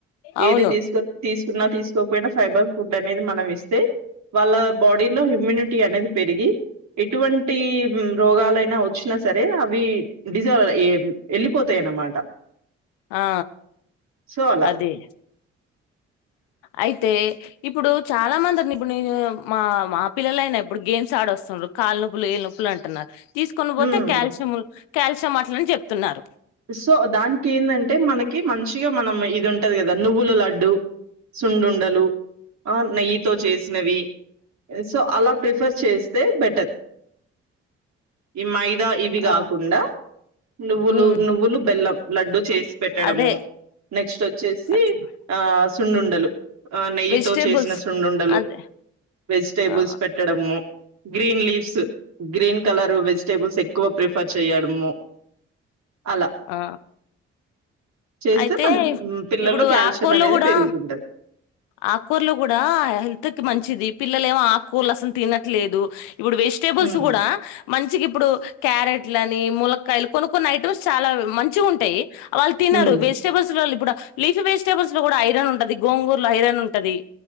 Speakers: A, on the left; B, on the right.
A: అవును
B: ఏది తీసుకో తీసుకున్నా తీసుకోపోయినా ఫైబర్ ఫుడ్ అనేది మనం ఇస్తే వాళ్ళ బాడీ లో హ్యూమినిటీ అనేది పెరిగి ఎటువంటి రోగాలైనా వచ్చినా సరే అవి డిజ ఏ వెళ్లిపోతాయి అన్నమాట
A: ఆ
B: సో అలా.
A: అది అయితే ఇప్పుడు చాలా మంది అ ఇప్పుడు నేను మా మా పిల్లల అయినా ఇప్పుడు గేమ్స్ ఆడొస్తున్నా కల్నొప్పులు ఏళ్ల నొప్పులు అంటున్నారు తీసుకొనిపోతే
B: హ్మ్.
A: కల్షియం కాల్షియం అట్లని చెప్తున్నారు
B: సో దానికి ఏందంటే మనకి మంచిగా మనం ఇది ఉంటది కదా నువ్వుల లడ్డు సున్నుండలు ఆ నెయ్యితో చేసినవి సో అలా ప్రిఫర్ చేస్తే బెటర్ ఈ మైద మైదా ఇవి కాకుండా
A: ఆ
B: నువ్వులు
A: హ్మ్
B: నువ్వులు బెల్లం లడ్డు చేసి పెట్టడము
A: అదే
B: నెక్స్ట్ వచ్చేసి
A: అట్లా
B: ఆ సున్నుండలు ఆ నెయ్యితో
A: వెజిటేబుల్స్
B: చేసిన సున్నుండలు
A: అదే
B: వెజిటేబుల్స్
A: ఆ
B: పెట్టడము green leaves green colour vegetables ఎక్కువ ప్రిఫర్ చేయడము అలా.
A: ఆ
B: చేస్తే
A: అయితే
B: మనకి హ్మ్, పిల్లల్లో
A: ఇప్పుడు
B: కాల్షియం
A: ఆకుకూరలో
B: అనేది
A: కూడా
B: పెరుగుతుంటది.
A: ఆకుకుర్లు కూడా హెల్త్ కి మంచిది పిల్లలు ఏమో ఆకుకూరలు అసలు తినట్లేదు ఇప్పుడు వెజిటేబుల్స్
B: హ్మ్.
A: కూడా మంచికి ఇప్పుడు క్యారెట్ లని ములకాయలు కొన్ని కొన్ని ఐటమ్స్ చాలా మంచిగా ఉంటాయి వాళ్ళు తిన్నారు
B: హ్మ్.
A: వెజిటేబుల్స్ లో కూడా లీఫ్ వెజిటబుస్ లో కూడా ఐరన్ ఉంటది గోంగూరలో ఐరన్ ఉంటది